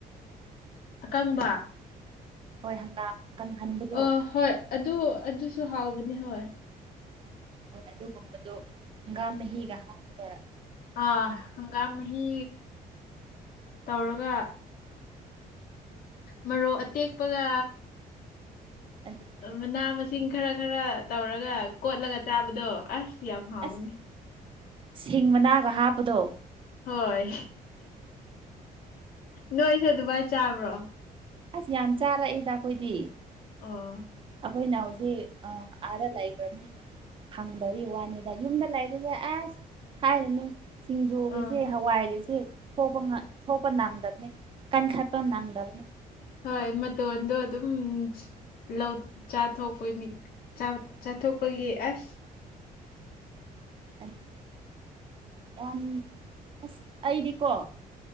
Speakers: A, on the left; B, on the right.
A: ꯑꯀꯪꯕ
B: ꯍꯣꯏ ꯍꯪꯒꯥꯝ ꯀꯪꯍꯟꯕꯗꯣ
A: ꯑ ꯍꯣꯏ ꯑꯗꯨ ꯑꯗꯨꯁꯨ ꯍꯥꯎꯕꯅꯤ ꯍꯣꯏ
B: ꯍꯣꯏ ꯑꯗꯨꯒꯨꯝꯕꯗꯨ ꯍꯪꯒꯥꯝ ꯃꯍꯤꯒ ꯍꯥꯠꯄ
A: ꯑ ꯍꯪꯒꯥꯝꯍꯤ ꯇꯧꯔꯒ ꯃꯔꯣꯛ ꯑꯇꯦꯛꯄꯒ
B: ꯑꯗꯨꯅꯦ
A: ꯃꯅꯥ ꯃꯁꯤꯡ ꯈꯔ ꯈꯔ ꯇꯧꯔꯒ ꯀꯣꯠꯂꯒ ꯆꯥꯕꯗꯣ ꯑꯁ ꯄꯌꯥ ꯐꯥꯎꯕꯅꯤ
B: ꯑꯁ ꯁꯤꯡ ꯃꯅꯥꯒ ꯍꯥꯞꯄꯗꯣ
A: ꯍꯣꯏ ꯅꯣꯏꯁꯨ ꯑꯗꯨꯃꯏꯅ ꯆꯥꯕ꯭ꯔꯣ
B: ꯑꯁ ꯌꯥꯝ ꯆꯥꯔꯛꯏꯗ ꯑꯩꯈꯣꯏꯗꯤ
A: ꯑꯥ
B: ꯑꯩꯈꯣꯏꯅ ꯍꯧꯖꯤꯛ ꯑꯥꯗ ꯂꯩꯈ꯭ꯔꯕꯅꯤꯅ ꯍꯪꯗꯕꯤ ꯋꯥꯅꯤꯗ ꯌꯨꯝꯗꯂ ꯍꯥꯏꯗꯗ ꯑꯁ ꯍꯥꯏꯔꯅ ꯁꯤꯡꯖꯨꯒꯩꯁꯦ
A: ꯑꯥ
B: ꯍꯋꯥꯏꯒꯩꯁꯦ ꯊꯣꯛꯄ ꯅꯪꯗꯕꯅꯦ ꯀꯟ ꯈꯥꯔꯄꯝ ꯅꯅꯥꯗꯕꯅꯤ
A: ꯍꯣꯏ ꯃꯇꯣꯟꯗꯣ ꯑꯗꯨꯝ ꯂꯧ ꯆꯥꯊꯣꯛꯄꯅꯤ ꯆꯥꯊꯣꯛꯄꯒꯤ ꯑꯁ
B: ꯑꯗꯨ ꯌꯥꯝ ꯑꯁ ꯑꯩꯔꯤꯀꯣ